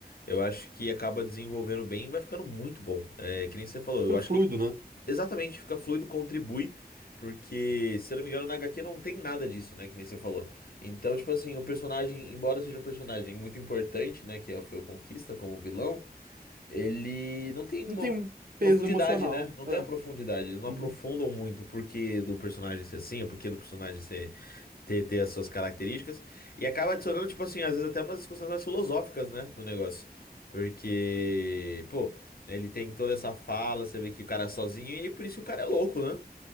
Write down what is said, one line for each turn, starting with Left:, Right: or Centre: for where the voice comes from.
Left: Eu acho que acaba desenvolvendo bem e vai ficando muito bom. É, que nem você falou, eu
Right: Super
Left: acho
Right: Fluido,
Left: que
Right: né?
Left: exatamente fica fluido, contribui, porque, se eu não me engano, na HQ não tem nada disso, né? Que nem você falou. Então, tipo assim, o personagem, embora seja um personagem muito importante, né? Que é- foi o Conquista como vilão ele não tem uma
Right: Não tem um peso
Left: profundidade,
Right: emocional.
Left: né? Não tem
Right: É.
Left: a profundidade. Eles não aprofundam
Right: Uhum.
Left: muito o porquê do personagem ser assim, o porquê do personagem ser, ter, ter as suas características. E acaba adicionando, tipo assim, às vezes até umas discussões mais filosóficas, né? No negócio. Porque, pô, ele tem toda essa fala, você vê que o cara é sozinho, e aí por isso o cara é louco, né?